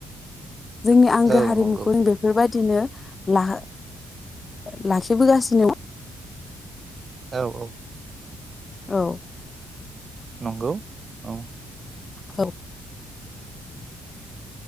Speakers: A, on the left; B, on the right.
A: जोंनि आंगो
B: औ
A: हारिमुखौ
B: नंगौ
A: बेफोरबाय बिदिनो ला-लाखिबोगासिनो
B: औ औ
A: औ
B: नंगौ औ
A: औ